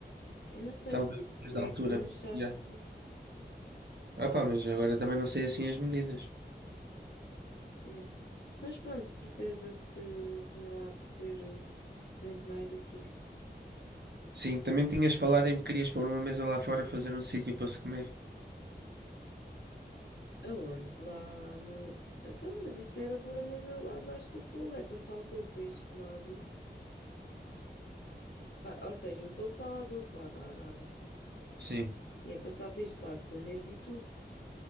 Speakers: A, on the left; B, on the right.
A: Eu não sei,
B: Talvez
A: tu
B: da
A: é
B: altura.
A: que desmanchaste
B: Yeah.
A: isso.
B: Ah pá, mas agora também não sei assim as medidas.
A: É. Mas pronto, de certeza que, que não há de ser eh, muito mais do que isso.
B: Sim, também tinhas falado em que querias pôr uma mesa lá fora fazer um sítio para se comer.
A: Aonde? Lá no. Então, mas isso era pôr a mesa lá debaixo do tolo, é passar o tolo para este lado. Pa- Ou seja, o tolo está lá do outro lado, a arara.
B: Sim.
A: E é passar para este lado com a mesa e tudo.